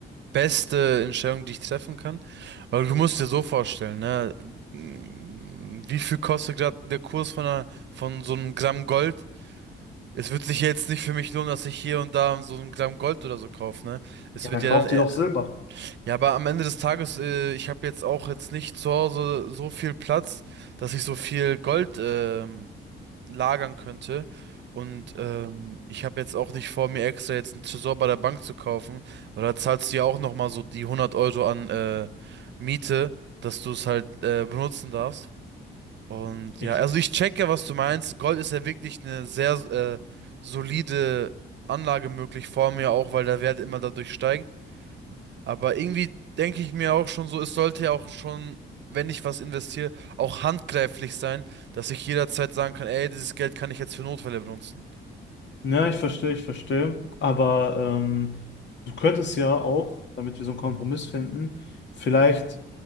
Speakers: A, on the right; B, on the left.
A: beste Entscheidung, die ich treffen kann. Aber du musst dir so vorstellen, ne? m, Wie viel kostet gerade der Kurs von einer, von so einem Gramm Gold? Es wird sich ja jetzt nicht für mich lohnen, dass ich hier und da so ein Gramm Gold oder so kaufe, ne? Es
B: Ja,
A: wird
B: dann
A: ja
B: kauf
A: dann eher...
B: dir doch Silber.
A: Ja, aber am Ende des Tages, äh, ich habe jetzt auch jetzt nicht zu Hause so viel Platz, dass ich so viel Gold ähm, lagern könnte. Und ähm, ich habe jetzt auch nicht vor, mir extra jetzt einen Tresor bei der Bank zu kaufen, weil da zahlst du ja auch nochmal so die 100 Euro an äh, Miete, dass du es halt äh, benutzen darfst. Und
B: Ich
A: ja, also ich checke, was du meinst. Gold ist ja wirklich eine sehr äh, solide Anlage möglich vor mir auch, weil der Wert immer dadurch steigt. Aber irgendwie denke ich mir auch schon so, es sollte ja auch schon, wenn ich was investiere, auch handgreiflich sein, dass ich jederzeit sagen kann, ey, dieses Geld kann ich jetzt für Notfälle benutzen.
B: Ja, ich verstehe, ich verstehe. Aber ähm, du könntest ja auch, damit wir so einen Kompromiss finden, vielleicht